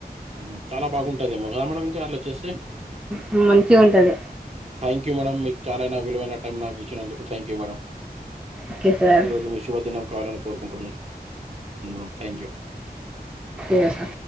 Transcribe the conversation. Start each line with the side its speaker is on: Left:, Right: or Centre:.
Right: హ్మ్. చాలా బాగుంటాదేమో కద మేడం ఇంకా అలా చేస్తే
Centre: మ్మ్ మంచిగా ఉంటది
Right: థ్యాంక్ యూ మేడం మీకు చాలన విలువైన టైం నాకు ఇచ్చినందుకు థ్యాంక్ యూ మేడం
Centre: ఓకే సార్
Right: ఈ రోజు మీ శుభదినం కావాలని కోరుకుంటున్నా మేడం థ్యాంక్ యూ.
Centre: ఎ సా